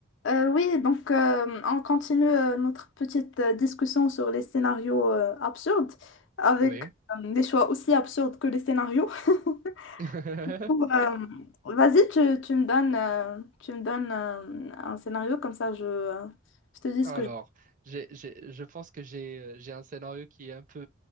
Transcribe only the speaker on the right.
Oui.
<laughs>
Alors,
j'ai, j'ai- je pense que j'ai, euh, j'ai un scénario qui est un peu